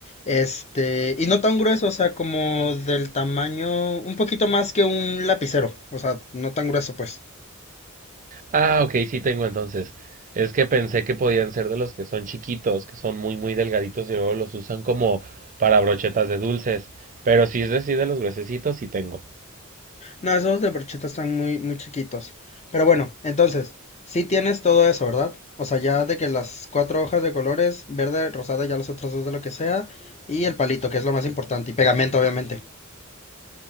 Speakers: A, on the left; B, on the right.
A: Este, y no tan grueso, o sea, como del tamaño, un poquito más que un lapicero, o sea, no tan grueso, pues.
B: Ah, ok, sí tengo entonces. Es que pensé que podían ser de los que son chiquitos, que son muy, muy delgaditos y luego los usan como para brochetas de dulces. Pero si es decir, de los gruesecitos, sí tengo.
A: No, esos de brocheta están muy, muy chiquitos. Pero bueno, entonces, sí tienes todo eso, ¿verdad? O sea, ya de que las cuatro hojas de colores, verde, rosada, ya las otras dos de lo que sea, y el palito, que es lo más importante, y pegamento, obviamente.